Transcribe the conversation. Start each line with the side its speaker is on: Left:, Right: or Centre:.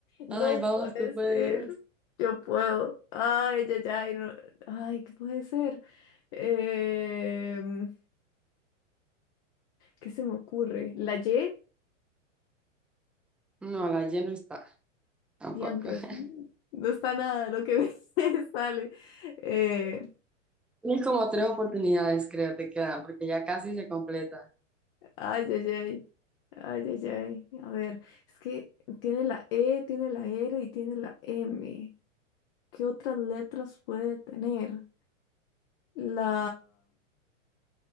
Left: No
Centre: Ay, vamos,
Left: puede
Centre: tú puedes.
Left: ser. Yo puedo. Ay, ya, ya. Ay, ¿qué puede ser? Em, ¿qué se me ocurre? ¿La Y?
Centre: No, la Y no está tampoco.
Left: Diantres,
Centre: <laughs>
Left: no está nada lo que me <laughs> sale. Eh,
Centre: Tienes como tres oportunidades, creo, te quedan, porque ya casi se completa.
Left: ay, ay, ay. Ay, ay, ay. A ver, es que tiene la E, tiene la R y tiene la M. ¿Qué otras letras puede tener? La